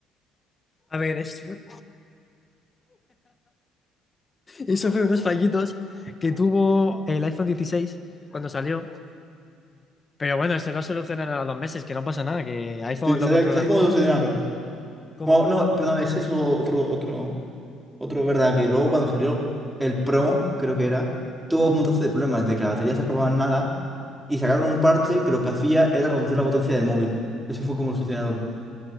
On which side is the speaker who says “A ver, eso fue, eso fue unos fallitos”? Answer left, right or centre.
Left